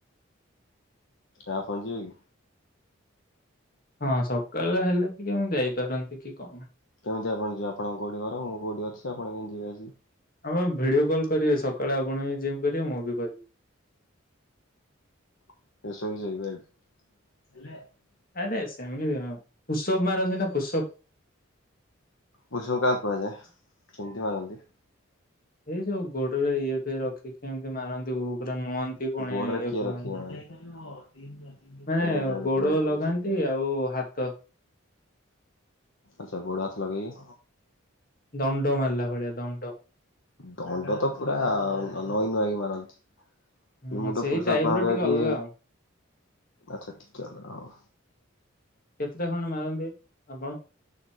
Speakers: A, on the left; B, on the left.
A: ହଁ ପଞ୍ଜି ଭାଇ।
B: ହଁ ସକାଳ ହେଲେ ଟିକେ ମୁଁ ଯାଇପାରନ୍ତି କି କଣ?
A: କେମିତି ଆପଣ ଯିବେ ଆପଣ କୋଉଠି ଘର? ମୁଁ କୋଉଠି ଅଛି ଆପଣ କେମିତି ଯିବେ ଆସି?
B: ଆମେ ଭିଡିଓ କଲ କରିବେ ସକାଳେ ଆପଣ ବି ଜିମ୍ କରିବେ ମୁଁ ବି କରିବି।
A: <unintelligible>
B: ଆରେ ସେମିତି କିଛି ନୁହଁ। ପୁଷପ ମାରନ୍ତି ନା ପୁଷପ।
A: ପୁଶବ୍ କାହାକୁ କୁହାଯାଏ? କେମତି ମାରନ୍ତି?
B: ଏଇ ଯୋଉ ଗୋଡରେ ଇଏ <unintelligible> କେମିତି ମାରନ୍ତି ପୁରା ନୁହନ୍ତି ପୁଣି
A: ଗୋଡରେ
B: ଇଏ
A: କିଏ
B: କର
A: ରଖିନାହାନ୍ତି କେମିତି
B: ମାନେ ଗୋଡ
A: ପୁରା ଡିଟେଲସ
B: ଲଗାନ୍ତି
A: ସବୁ ଜାଣିଛୁ।
B: ଆଉ ହାତ
A: ଆଛା ଗୋଡ଼ ହାଥ ଲଗେଇ
B: ଦଣ୍ଡ ମାରିଲା ଭଳିଆ ଦଣ୍ଡ।
A: ଦଣ୍ଡ ତ ପୁରା ନଇଁ ନୂଆଁକି ମାରନ୍ତି।
B: ହୁଁ
A: ମୁଁ ତ
B: ସେଇ
A: ପୁଷପ
B: ଟାଇପ
A: ଭାବେ
B: ର ଟିକେ
A: କି
B: ଅଲଗା ଆଉ
A: ଆଚ୍ଛା ଟିକେ ଅଲଗା ହଉ
B: କେତେଟା ଖଣ୍ଡେ ମାରନ୍ତି? <unintelligible>